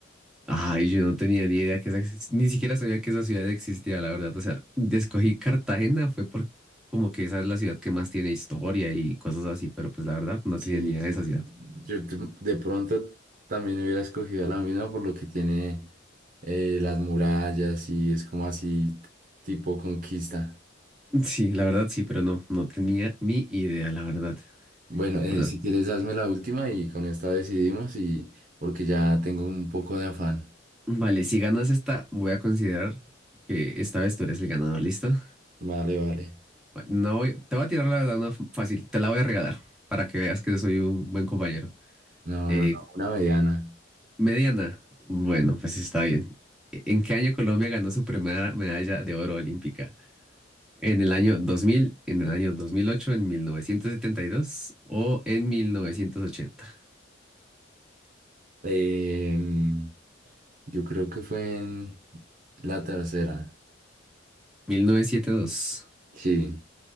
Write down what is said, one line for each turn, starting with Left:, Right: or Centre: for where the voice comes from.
Centre: Ay, yo no tenía ni idea que esa, exis- ni siquiera sabía que esa ciudad existía, la verdad. O sea, escogí Cartagena fue por como que esa es la ciudad que más tiene historia y cosas así, pero pues la verdad no
Right: Sí,
Centre: tenía ni idea
Right: sí,
Centre: de esa
Right: sí.
Centre: ciudad.
Right: yo t- de pronto también hubiera escogido la misma por lo que tiene eh, las murallas y es como así tipo conquista.
Centre: Sí, la verdad sí, pero no, no tenía ni idea, la verdad.
Right: Bueno, eh,
Centre: Bueno,
Right: si quieres hazme la última y con esta decidimos y porque ya tengo un poco de afán.
Centre: vale, si ganas esta, voy a considerar que esta vez tú eres el ganador, ¿listo?
Right: Vale, vale.
Centre: Vale, No voy, te voy a tirar la verdad una f- fácil, te la voy a regalar para que veas que soy un buen compañero.
Right: No,
Centre: Eh,
Right: no, no, una mediana.
Centre: mediana, bueno, pues está bien. E, ¿En qué año Colombia ganó su primera medalla de oro olímpica? ¿En el año 2000, en el año 2008, en 1972 o en 1980?
Right: Em, yo creo que fue en la tercera.
Centre: 1972.
Right: Sí,